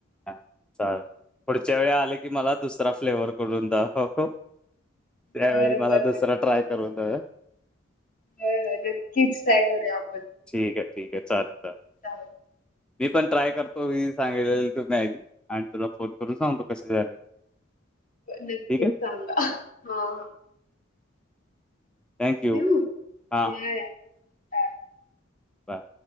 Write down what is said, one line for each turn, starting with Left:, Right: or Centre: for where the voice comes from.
Centre: हा चा पुढच्या वेळी आले की मला दुसरा फ्लेवर करून द हो त्यावेळी
Left: बरं,
Centre: मला
Left: बरं.
Centre: दुसरा
Left: नक्कीच.
Centre: ट्राय करून जाव.
Left: होय, होय नक्कीच काय करूया आपण.
Centre: ठीक आहे, ठीक आहे, चालेल चालेल.
Left: चाल
Centre: मी पण ट्राय करतो सांगले तू मॅगी आणि तुला फोन करून सांगतो कसे झाले.
Left: नक्कीच
Centre: ठीक आहे?
Left: सांगा. हा ह.
Centre: थँक्यू
Left: ठेवू?
Centre: हां.
Left: या, या. बाय.
Centre: बर